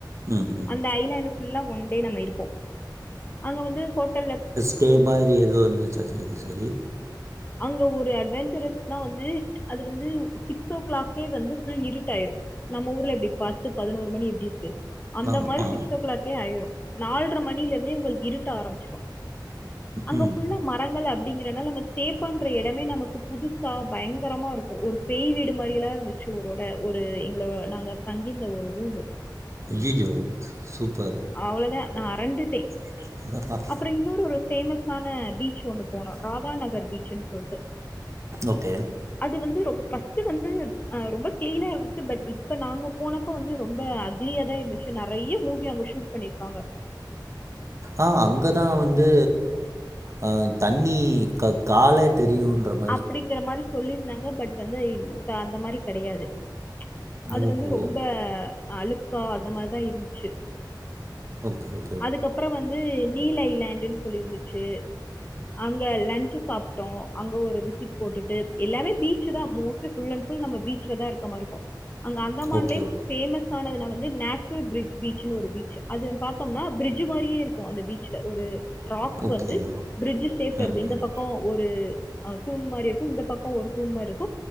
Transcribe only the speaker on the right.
ம் ம்
ட்டே மாரி எதுவ் இருந்துச்சா சொரி சொரி
ஆமா
ம்
ஐயயோ சூப்பர்
<unintelligible>
ஓகே
ஆ அங்கதா வந்து ஆ தண்ணி கா காலே தெரியும்ன்றப்
ஓஹோ!
ஓகே ஓக்
ஓகே, ஓகே.
ஓகே.
ம்,
ம்.